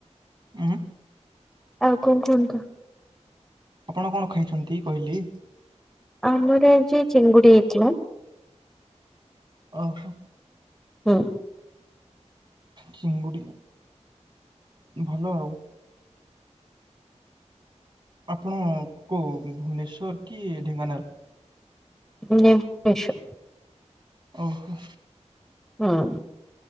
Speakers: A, on the right; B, in the centre.
A: ଉଁ
B: ଆଉ କଣ କୁହନ୍ତୁ?
A: ଆପଣ କଣ ଖାଇଛନ୍ତି କହିଲି?
B: ଆମର ଆଜି ଚିଙ୍ଗୁଡ଼ି ହେଇଥିଲା।
A: ଓହୋ।
B: ହୁଁ
A: ଚିଙ୍ଗୁଡ଼ି ଭଲ ଆଉ। ଆପଣ କଉ ଭୁବନେଶ୍ୱର କି ଢେଙ୍କାନାଳ?
B: ଭୁବନେଶ୍ବର।
A: ଓହୋ।
B: ହଁ